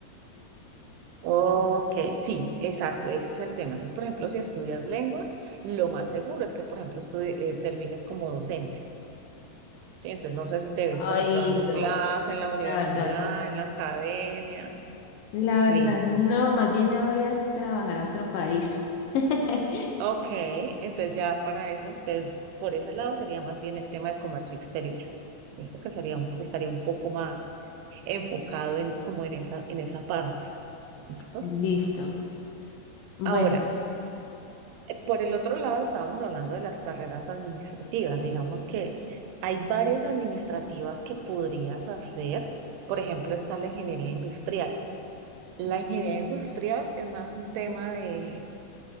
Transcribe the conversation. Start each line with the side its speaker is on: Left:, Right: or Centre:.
Right: Ok, sí, exacto, ese es el tema. Entonces, por ejemplo, si estudias lenguas, lo más seguro es que, por ejemplo, estudi- eh, termines como docente, ¿sí? Entonces, no sé si te ves, por
Left: Ay,
Right: ejemplo, dando
Left: no,
Right: clase en la universidad,
Left: la verdad no.
Right: en la academia,
Left: La verdad
Right: listo.
Left: no, más bien me voy a trabajar a otro país. <laughs>
Right: Ok, entonces ya para eso, entonces, por ese lado sería más bien el tema de comercio exterior. Esto que sería un- estaría un poco más enfocado en como en esa, en esa parte, ¿listo?
Left: Listo. Bueno.
Right: Ahora, Eh, Por el otro lado, estábamos hablando de las carreras administrativas. Digamos que hay varias administrativas que podrías hacer. Por ejemplo, está la ingeniería industrial. La ingeniería industrial es más un tema de,